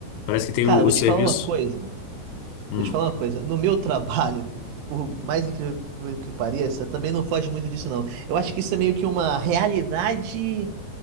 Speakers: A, on the left; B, on the right.
A: Parece que tem
B: cara,
A: o,
B: vou
A: o serviço.
B: te falar uma coisa.
A: Hum.
B: Vou te falar uma coisa. No meu trabalho, por mais incrível que pareça, também não foge muito disso, não. Eu acho que isso é meio que uma realidade